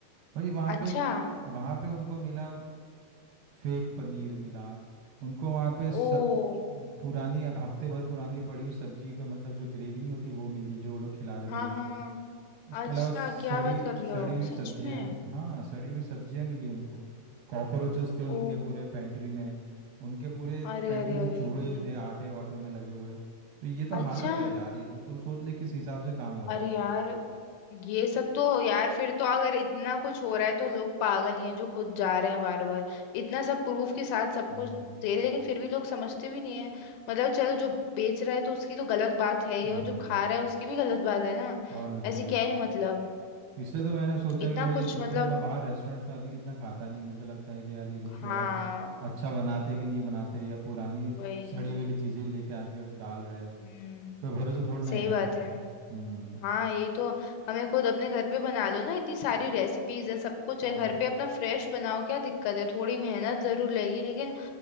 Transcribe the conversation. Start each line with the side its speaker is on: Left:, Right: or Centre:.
Right: भाई वहाँ
Left: अच्छा
Right: पे वहाँ पे उनको मिला फेक पनीर मिला उनको वहाँ पे
Left: ओ
Right: स, पुरानी हफ्ते भर पुरानी पड़ी हुई सब्जी का मतलब जो ग्रेवी नहीं होती वो मिली जो वो लोग खिला रहे थे
Left: हाँ
Right: लोगों
Left: हाँ
Right: को
Left: हाँ
Right: इसके
Left: अच्छा
Right: अलावा सड़ी
Left: क्या बात कर रहे
Right: सड़ी
Left: हो
Right: हुई
Left: सच
Right: सब्जियां
Left: में
Right: हाँ सड़ी हुई सब्जियां मिली उनको कॉकरोचेस थे
Left: ओ
Right: उनके पूरे पेंट्री में उनके पूरे
Left: अरे
Right: पेंट्री
Left: अरे
Right: में
Left: अरे
Right: चूहे थे आटे वाटों में लगे हुए तो ये तो
Left: अच्छा
Right: हालत है यार ये तो तू सोच ले किस हिसाब से काम हो रहा
Left: अरे
Right: है
Left: यार ये सब तो यार फिर तो अगर इतना कुछ हो रहा है तो लोग पागल ही हैं जो खुद जा रहे हैं बार बार इतना सब प्रूफ के साथ सब
Right: हम्म
Left: कुछ दे रहे हैं लेकिन फिर भी लोग समझते भी नहीं है मतलब चलो जो बेच रहा है तो उसकी तो गलत बात है ही
Right: हम्म
Left: और जो खा रहा है उसकी भी गलत बात है ना
Right: और नहीं होता
Left: ऐसे
Right: क्या
Left: क्या ही मतलब
Right: इसलिए तो मैंने सोचा
Left: इतना
Right: कि भाई
Left: कुछ
Right: इसलिए
Left: मतलब
Right: मैं बाहर रेस्टोरेंट्स में अभी कितना खाता नहीं हूँ मुझे लगता है कि यार ये लोग तो
Left: हाँ
Right: यार अच्छा बनाते कि नहीं बनाते या पुरानी
Left: वही
Right: सड़ी गली चीज़ें लेके आके डाल रहे हैं
Left: हम्म
Right: कोई भरोसा थोड़ा
Left: सही
Right: ना है यार
Left: बात
Right: उनका
Left: है
Right: हम्म
Left: हाँ यही तो हमें खुद अपने घर पे बना लो ना इतनी सारी रेसिपीज है सब कुछ
Right: हाँ
Left: है घर पे अपना फ्रेश बनाओ क्या दिक्कत है थोड़ी मेहनत जरूर लगेगी लेकिन